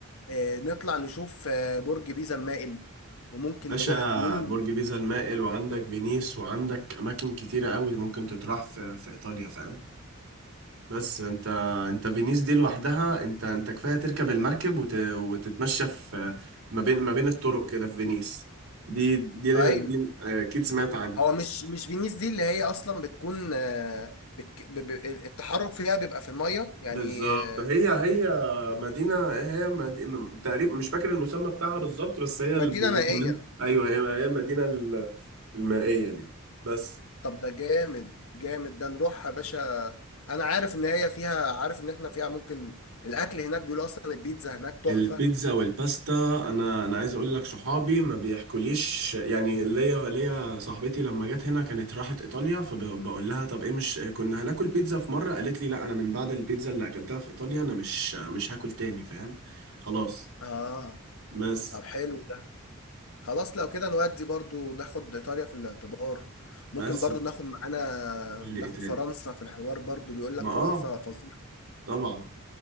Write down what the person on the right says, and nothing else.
باشا
برج بيزا المائل وعندك فينيس وعندك اماكن كتيره قوي ممكن تتراح في في ايطاليا فاهم بس انت انت فينيس دي لوحدها انت انت كفايه تركب المركب وت... وتتمشى في ما بين ما بين الطرق كده في فينيس دي دي
دي آه، اكيد سمعت عنها
بالظبط
هي هي مدينة هي مدينة تقريبا مش فاكر المسمى بتاعها بالظبط بس هي
المسمين
أيوه هي هي المدينة ال- المائية دي بس
البيتزا والباستا انا انا عايز اقول لك صحابي ما بيحكوليش يعني ليا ليا صاحبتي لما جت هنا كانت راحت ايطاليا فبقول لها طب ايه مش كنا هناكل بيتزا في مره قالت لي لا انا من بعد البيتزا اللي اكلتها في ايطاليا انا مش مش هاكل تاني فاهم خلاص
بس
بس
قول
لي ايه تاني
ما
اه
طبعا